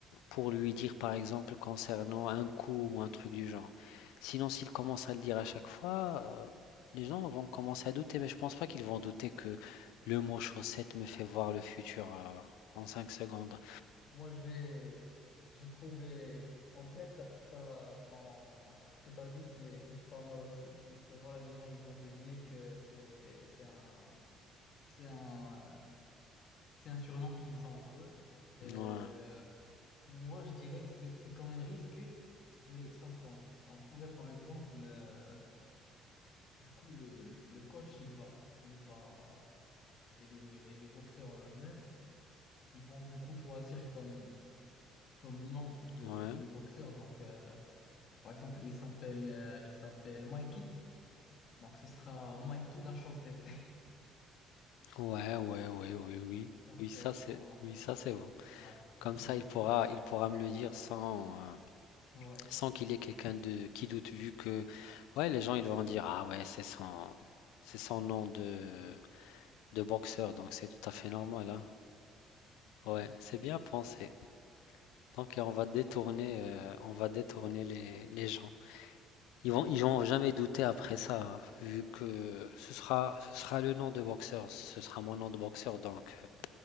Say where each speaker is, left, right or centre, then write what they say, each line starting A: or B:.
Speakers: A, on the left; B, on the left.
A: pour lui dire par exemple concernant un coût ou un truc du genre. Sinon, s'il commence à le dire à chaque fois, euh, les gens vont commencer à douter, mais je pense pas qu'ils vont douter que le mot chaussette me fait voir le futur euh, en 5 secondes.
B: Moi, j'ai j'ai trouvé. En vrai, t'as- t'as- ton- ce que tu as dit, c'est c'est pas mal aussi. Il peut, voilà, les gens ils vont deviner que c'est c'est un, c'est un, c'est un surnom qu'ils ont entre eux. Euh,
A: Ouais,
B: moi, je dirais c'est c'est quand même risqué, mais ça se tente. On pourrait, par exemple, euh, du coup, le, le coach, il va, il va, et le, et le boxeur euh, même, ils vont du coup choisir comme, comme nom de,
A: ouais,
B: de boxeur. Donc, euh, Par exemple, il s'appelle euh, il s'appelle Mikey. Donc, ce sera Mikey la chaussette.
A: ouais, ouais, ouais, oui, oui.
B: <laughs> Ça peut
A: Oui, ça
B: être
A: c'est
B: pas
A: oui, ça c'est bon.
B: mal.
A: Comme
B: Ouais.
A: ça, il
B: <laughs>
A: pourra il pourra me le dire sans euh,
B: Ouais.
A: sans qu'il y ait quelqu'un de qui doute vu que ouais, les gens ils vont dire ah ouais, c'est son c'est son nom de de boxeur, donc c'est tout à fait normal, hein. Ouais, c'est bien pensé. Donc on va détourner, euh, on va détourner les, les gens. Ils vont, ils vont jamais douter après ça, hein, vu que ce sera, ce sera le nom de boxeur, ce sera mon nom de boxeur, donc euh,